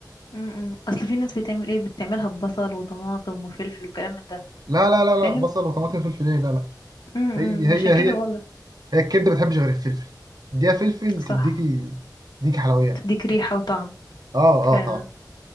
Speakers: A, on the left; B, on the right.
A: م- م. اصل في ناس بتعمل ايه بتعملها ببصل وطماطم وفلفل وكلام من ده
B: لا لا لا لا
A: فاهم
B: بصل وطماطم فلفل ايه لا لا
A: م-
B: هي
A: م.
B: هي
A: عشان كده
B: هي
A: بقولك
B: هي الكبدة ما بتحبش غير الفلفل اديها فلفل
A: صح
B: تديكي تديكي حلويات
A: تديك ريحة وطعم
B: اه اه
A: فعلا
B: طبعا